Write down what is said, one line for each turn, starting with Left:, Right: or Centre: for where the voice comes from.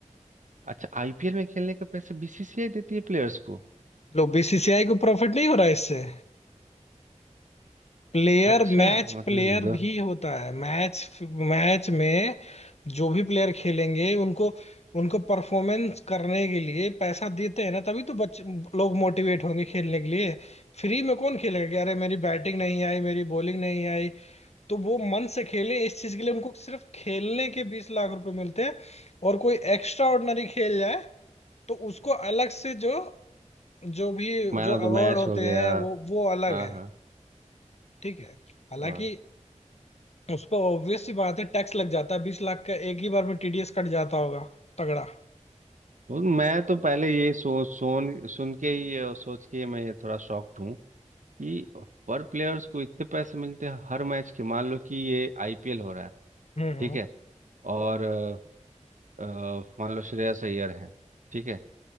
Right: अच्छा आईपीएल में खेलने का पैसे बीसीसीआई देती है प्लेयर्स को
Left: लो बीसीसीआई को प्रॉफिट नहीं हो रहा है इससे प्लेयर
Right: अच्छा
Left: मैच
Right: मतलब
Left: प्लेयर
Right: ये तो
Left: भी होता है मैच मैच में जो भी प्लेयर खेलेंगे उनको उनको परफॉर्मेंस करने के लिए पैसा देते हैं ना तभी तो बच्चे लोग मोटिवेट होंगे खेलने के लिए फ्री में कौन खेलेगा कि अरे मेरी बैटिंग नहीं आई मेरी बॉलिंग नहीं आई तो वो मन से खेले इस चीज के लिए उनको सिर्फ खेलने के बीस लाख रुपए मिलते हैं और कोई एक्स्ट्रा ऑर्डिनरी खेल जाए तो उसको अलग से जो जो भी
Right: मैन
Left: जो
Right: ऑफ द
Left: अवार्ड
Right: मैच
Left: होते
Right: हो गया
Left: हैं वो वो अलग
Right: हाँ
Left: है
Right: हाँ
Left: ठीक है हालांकि
Right: वाह
Left: उस पर ऑब्वियस सी बात है टैक्स लग जाता है बीस लाख का एक ही बार में टीडीएस कट जाता होगा तगड़ा
Right: वो मैं तो पहले ये सो सोन सुन के ही ये सोच के मैं ये थोड़ा शॉक्ड हूँ कि पर प्लेयर्स को इतने पैसे मिलते हैं हर मैच के मान लो कि ये आईपीएल हो रहा है
Left: हम्म
Right: ठीक
Left: हम्म।
Right: है और अ, अ, मान लो श्रेयस अय्यर है ठीक है